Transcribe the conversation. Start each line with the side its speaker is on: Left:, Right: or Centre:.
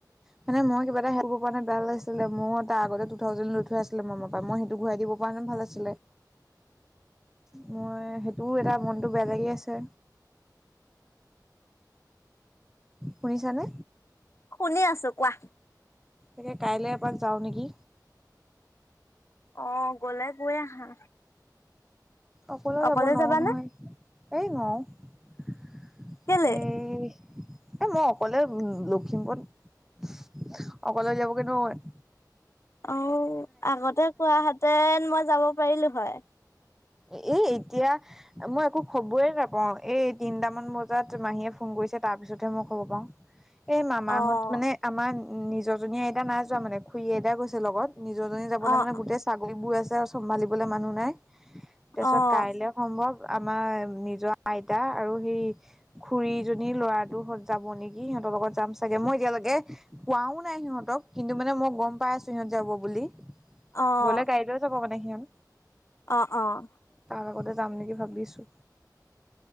Centre: মানে মই কিব এটা হেল্প কৰিব পৰা হ'লে বেয়া নালাগিছিলে, মই তাৰ আগতে টু থাউজেণ্ড লৈ থোৱা আছিলে মামাৰ পৰা, মই সেইটো ঘূৰাই দিব পৰাহেঁতেন ভাল আছিলে। মই সেইটোও এটা মনটো বেয়া লাগি আছে। শুনিছানে?
Left: শুনি আছো কোৱা।
Centre: তাকে কাইলে এপাক যাওঁ নেকি।
Left: অ', গ'লে গৈ আহা।
Centre: অকলেও
Left: অকলে
Centre: যাব নোৱাৰোঁ
Left: যাবানে
Centre: নহয়, এই নোৱাৰোঁ।
Left: কেলে
Centre: এই, এই মই অকলে উম, লখিমপুৰত অকলে উলিয়াবগৈ নোৱাৰোঁ মই।
Left: অ', আগতে কোৱাহেঁতেন মই যাব পাৰিলো হয়।
Centre: এ-এই এতিয়া মই একো খবৰেই নাপাওঁ, এই তিনটামান বজাত মাহীয়ে ফোন কৰি কৰিছে, তাৰ পিছতহে মই খবৰ পাওঁ। এই মামাহঁত
Left: অ',
Centre: মানে আমাৰ নিজৰজনী আইতা নাই যোৱা মানে, খুুৰী আইতা গৈছে লগত। নিজৰজনী যাবলৈ
Left: অ',
Centre: মানে গোটেই ছাগলীবোৰ আছে আৰু চম্ভালিবলৈ মানুহ নাই। তাৰপিছত
Left: অ',
Centre: কাইলৈ সম্ভৱ আমাৰ নিজৰ আইতা আৰু সেই খুৰীজনী ল'ৰাটো যাব নেকি সিহঁতৰ লগত যাম চাগে, মই এতিয়ালৈকে কোৱাও নাই সিহঁতক, কিন্তু মানে মই গম পাই আছো সিহঁত যাব বুলি।
Left: অ',
Centre: গ'লে গাড়ীলৈ যাব মানে সিহঁত।
Left: অ' অ'।
Centre: তাৰ লগতে যাম নেকি ভাবিছো।